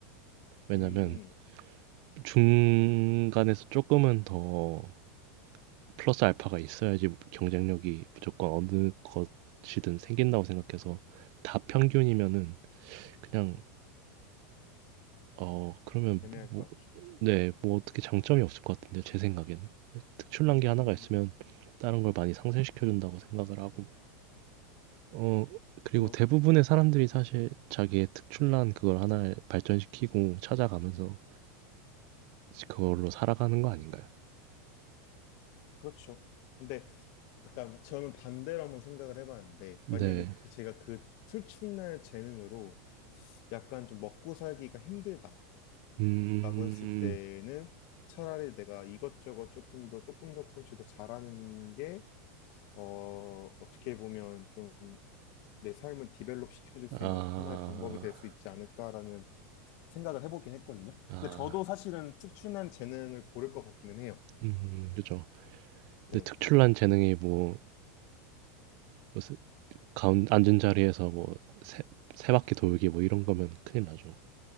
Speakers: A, on the right; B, on the left.
A: 왜냐면
B: 음,
A: 중간에서 조금은 더 플러스 알파가 있어야지 경쟁력이 무조건 어느 것이든 생긴다고 생각해서 다 평균이면은
B: 음,
A: 그냥
B: 음.
A: 어 그러면
B: 애매할
A: 뭐,
B: 것 같죠.
A: 네, 뭐 어떻게 장점이 없을 것 같은데 제 생각엔 특출난
B: 음,
A: 게 하나가 있으면 다른 걸 많이 상쇄시켜 준다고 생각을 하고 어, 그리고
B: 그쵸.
A: 대부분의 사람들이 사실 자기의 특출난 그걸 하나를 발전시키고 찾아가면서 그걸로 살아가는 거 아닌가요?
B: 그렇죠. 근데 약간 저는 반대로 한번 생각을 해봤는데
A: 네.
B: 만약에 그 제가 그 출첵날 재능으로 약간 좀 먹고 살기가 힘들다라고
A: 음,
B: 했을 때는 차라리 내가 이것저것 조금 더 조금 조금씩 더 잘하는 게 어, 어떻게 보면 좀 내 삶을 디벨롭 시켜줄 수
A: 아,
B: 있는 어떤 하나의 방법이 될 수 있지 않을까라는 생각을 해보긴 했거든요.
A: 아,
B: 근데 저도 사실은 특출난 재능을 고를 것 같기는 해요.
A: 음, 그죠. 근데
B: 네.
A: 특출난 재능이 뭐, 뭐 세- 가운, 앉은 자리에서 뭐, 세, 세 바퀴 돌기 뭐 이런 거면 큰일 나죠.